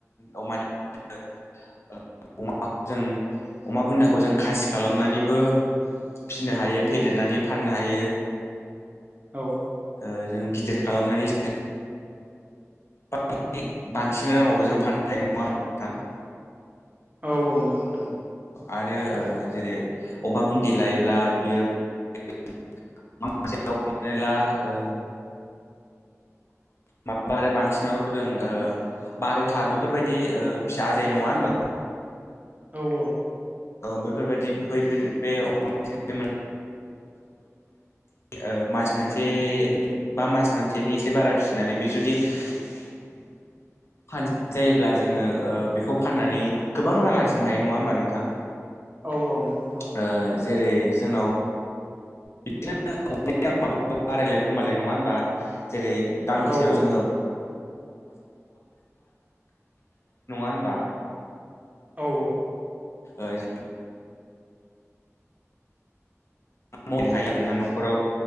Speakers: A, on the left; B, on the right.
A: अमानि। <inaudible> <unintelligible> जों अमा बुन्दाखौ जों खासि खालामनानैबो। फिनो हायो फेदेरनानै फाननो हायो।
B: औ।
A: ओ जों गिदिर खालामनानै। <inaudible> <unintelligible> बांसिन राङावबो जों फाननाय नङा होमबा नोंथां।
B: औ-औ नंगौ। नोंथां
A: आरो ओ जेरै- अमा बुन्दि लायोब्ला बियो। <inaudible> <unintelligible> हमनानै ला ओ। माबा आरो बांसिनाव जों ओ। बार'था बेफोरबायदि ओ फिसा आजायो नङा होनबा।
B: औ-औ।
A: औ बैफोरबायदि बैफोर बे। <inaudible> <unintelligible> ओ मास मोनसे बा मास मोनसेनि एसे बारा फिसिनानै बे जुदि। <unintelligible> जायोब्ला जोङो ओ बेखौ फाननानै गोबां रां आरजिनो हायो नङा होमबा नोंथां।
B: औ-औ नोंगौ नोंथां औ।
A: ओ जेरै- जोंनाव। बिदिनो बारायलाय खमायलाय नङा होनबा जेरै दाम गोसायाव
B: औ
A: जोङो
B: औ
A: <unintelligible>
B: औ औ।
A: ओइ जों। मावनो हायो आरोोना न'खराव